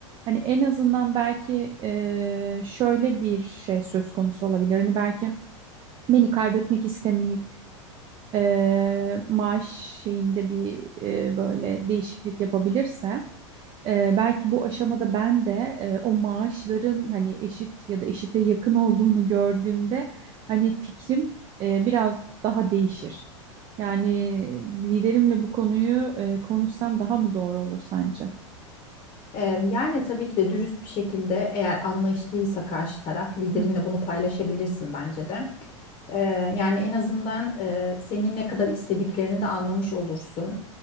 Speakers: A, on the right (about 30°); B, on the left (about 35°).
A: Hani en azından belki e, şöyle bir şey söz konusu olabilir. Hani belki beni kaybetmek istemeyip e, maaş şeyinde bir e, böyle değişiklik yapabilirse e, belki bu aşamada ben de e, o maaşların hani eşit ya da eşite yakın olduğunu gördüğümde hani fikrim e, biraz daha değişir. Yani liderimle bu konuyu e, konuşsam daha mı doğru olur sence?
B: Eee, yani tabii ki de dürüst bir şekilde eğer anlayışlıysa karşı taraf liderinle
A: Hı hı,
B: bunu paylaşabilirsin bence de. Eee, yani en azından eee, senin ne kadar istediklerini de anlamış olursun.